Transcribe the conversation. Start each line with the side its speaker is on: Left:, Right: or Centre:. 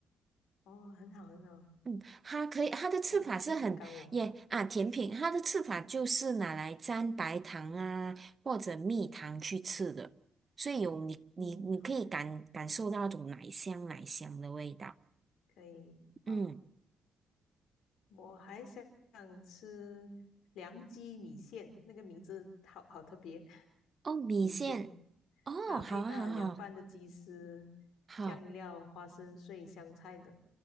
Left: 哦，很好很好，
Right: 嗯，它可以，它的吃法是很耶啊，
Left: 甜甜品干我，
Right: 甜品它的吃法就是拿来沾白糖啊或者蜜糖去吃的，所以有你你你可以感感受到那种奶香奶香的味道。
Left: 嗯，好，可以，好，
Right: 嗯，
Left: 我还想吃凉鸡米线，那个名字好好特别，<laughs>
Right: 哦，米线，
Left: 米线
Right: 哦，
Left: 啊，
Right: 好啊，
Left: 配搭凉拌的鸡丝、
Right: 好啊好好
Left: 酱料、花生碎、香菜等，